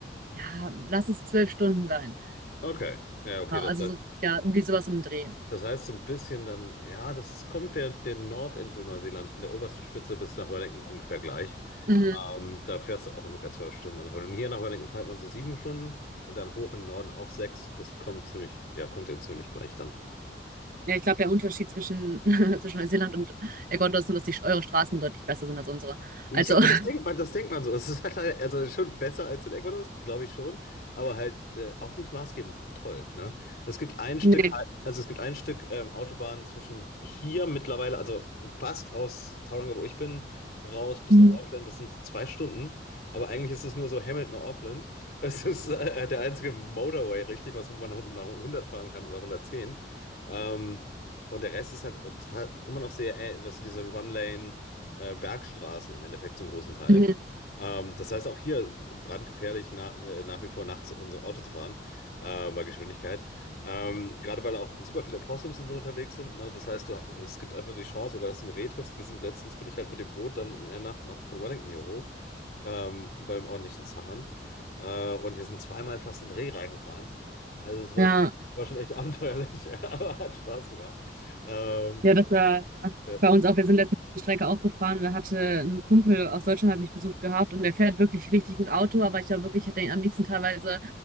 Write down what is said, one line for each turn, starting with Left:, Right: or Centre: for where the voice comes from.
Right: ja, lass es zwölf Stunden sein.
Left: Okay, ja, okay,
Right: Ja,
Left: das
Right: Also
Left: heißt.
Right: so- ja, irgendwie sowas um den Dreh.
Left: Das heißt so ein bisschen dann, ja, das ist, kommt der, der Nordinsel Neuseelands von der obersten Spitze bis nach Wellington ungefähr gleich.
Right: Mhm.
Left: Ähm, da fährst du auch ungefähr zwölf Stunden. Also von hier nach Wellington fährt man so sieben Stunden und dann hoch in den Norden auch sechs. Das kommt ziemlich, ja, kommt eben ziemlich gleich dann.
Right: Ja, ich glaube, der Unterschied zwischen, <laughs> zwischen Neuseeland und Ecuador ist nur, dass die, eure Straßen deutlich besser sind als unsere.
Left: Ich
Right: Also,
Left: habe
Right: <laughs>
Left: das denkt man, das denkt man so. Es ist halt, halt also schon besser als in Ecuador, glaube ich schon, aber halt äh, auch nicht maßgebend toll, ne? Es gibt ein Stück,
Right: Nee.
Left: Hei- also es gibt ein Stück ähm, Autobahn zwischen hier mittlerweile, also fast aus Tauranga, wo ich bin, raus bis
Right: Mhm.
Left: nach Auckland. Das sind zwei Stunden, aber eigentlich ist es nur so Hamilton, Auckland. <laughs> Es ist äh, der einzige Motorway, richtig, was wo man hund- mal 100 fahren kann oder 110. Ähm, und der Rest ist halt äh, tra- immer noch sehr, äh, weißt du, diese One-Lane äh, Bergstraßen im Endeffekt zum großen Teil.
Right: Mhm.
Left: Ähm, das heißt auch hier brandgefährlich na, äh, nach wie vor nachts unser Auto zu fahren, äh, bei Geschwindigkeit. Ähm, gerade weil auch super viele Opossums und so unterwegs sind. Ne? Das heißt, du, es gibt einfach die Chance, oder dass du ein Reh triffst. Wir sind letztens, bin ich halt mit dem Boot dann in der Nacht nach- von Wellington hier hoch, ähm, bei einem ordentlichen Zahn. Äh, und wir sind zweimal fast in Reh reingefahren. Also es war,
Right: ja,
Left: sch- war schon echt abenteuerlich, <laughs> aber hat Spaß gemacht. Ähm,
Right: ja, das war
Left: äh,
Right: bei uns auch. Wir sind letztens die Strecke auch gefahren. Da hatte ein Kumpel aus Deutschland hat mich besucht gehabt und der fährt wirklich richtig gut Auto, aber ich war wirklich, hätte ihn am liebsten teilweise